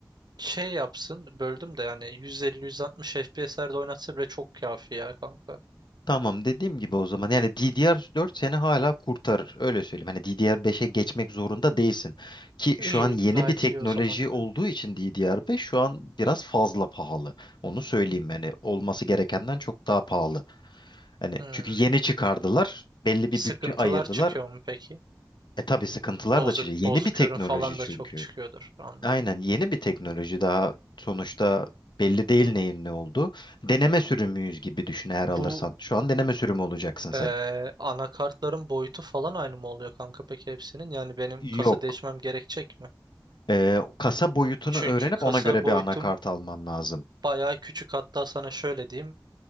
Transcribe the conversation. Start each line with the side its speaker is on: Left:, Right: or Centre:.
Right: şey yapsın böldüm de yani 150-160 FPS'lerde oynatsa bile çok kafi ya kanka.
Left: Tamam dediğim gibi o zaman yani DDR4 seni hala kurtarır öyle söyleyeyim. Hani DDR5'e geçmek zorunda değilsin. Ki şu
Right: İyi
Left: an yeni
Right: gayet
Left: bir teknoloji
Right: iyi o zaman ya.
Left: olduğu için DDR5 şu an biraz fazla pahalı. Onu söyleyeyim yani olması gerekenden çok daha pahalı. Hani
Right: Hmm.
Left: çünkü yeni çıkardılar belli
Right: Sıkıntılar
Left: bir bütçe ayırdılar.
Right: çıkıyor mu peki?
Left: E tabii sıkıntılar
Right: Bozuk
Left: da çıkıyor. Yeni
Right: bozuk
Left: bir teknoloji
Right: ürün falan
Left: çünkü.
Right: da çok çıkıyordur anladım.
Left: Aynen yeni bir teknoloji daha sonuçta belli değil neyin ne olduğu. Deneme sürümüyüz gibi düşün eğer alırsan.
Right: Bu
Left: Şu an deneme sürümü olacaksın sen.
Right: Ee, anakartların boyutu falan aynı mı oluyor kanka peki hepsinin? Yani benim
Left: Yok.
Right: kasa değişmem gerekecek mi?
Left: Ee, kasa boyutunu
Right: Çünkü
Left: öğrenip
Right: kasa
Left: ona göre
Right: boyutum
Left: bir anakart alman lazım.
Right: bayağı küçük. Hatta sana şöyle diyeyim.